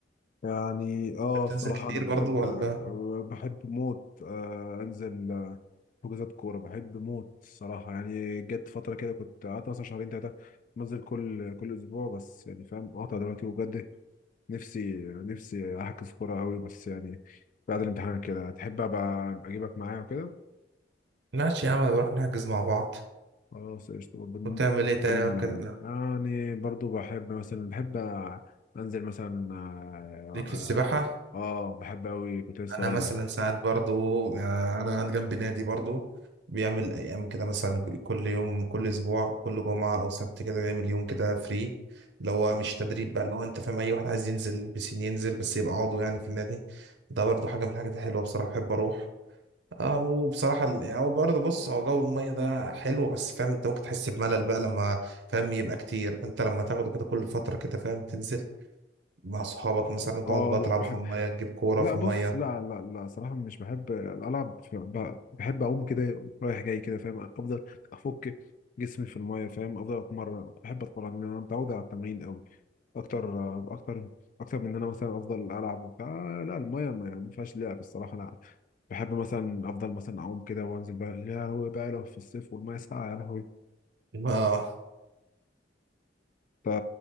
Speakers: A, on the left; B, on the right.
A: يعني اه
B: بتنزل
A: الصراحه
B: كتير
A: انا بحب
B: برضو ولا
A: آه بحب موت آه انزل آه، حجوزات كوره بحب موت الصراحه يعني جت فتره كده كنت قعدت مثلا شهرين ثلاثه بنزل كل كل اسبوع بس يعني فاهم قاطع دلوقتي وبجد نفسي نفسي احجز كوره قوي بس يعني بعد الامتحان كده تحب ابقى اجيبك معايا وكده
B: ماشي يا عم نروح نحجز مع بعض
A: خلاص قشطة برضه
B: وتعمل
A: نتكلم
B: ايه تاني
A: منها
B: ممكن
A: يعني يعني برضه بحب مثلا بحب أنزل مثلا آه,
B: ليك في السباحة
A: آه, آه بحب أوي كنت لسه
B: انا
A: أقول
B: مثلا
A: لك
B: ساعات برضو يعني انا عندي جنبي نادي برضو بيعمل ايام كده مثلا كل يوم كل اسبوع كل جمعه او سبت كده بيعمل يوم كده فري اللي هو مش تدريب بقى اللي هو انت فاهم اي واحد عايز ينزل بسين ينزل بس يبقى عضو يعني في النادي ده برضو حاجه من الحاجات الحلوه بصراحه بحب اروح اه وبصراحه ال- هو برضه بص هو جو الميه ده حلو بس فاهم انت ممكن تحس بملل بقى لما فاهم يبقى كتير فانت لما تاخده كده كل فتره كده فاهم تنزل مع صحابك
A: آه,
B: مثلا
A: آه
B: تقعدوا بقى
A: آه، لا
B: تلعبوا
A: بحب
B: في الميه تجيب كوره
A: لا
B: في الميه
A: بص لا لا لا صراحة مش بحب ألعب في- ب- بحب أقوم كده رايح جاي كده فاهم أفضل أفك جسمي في الماية فاهم أفضل أتمرن بحب أتمرن أنا متعود على التمرين أوي اكتر اكتر اكتر من ان انا مثلا افضل العب وبتاع لا المايه ما ما فيهاش لعب الصراحه انا بحب مثلا افضل مثلا اعوم كده وانزل بقى يا لهوي بقى لو في الصيف والمايه ساقعه يا لهوي
B: اه
A: انت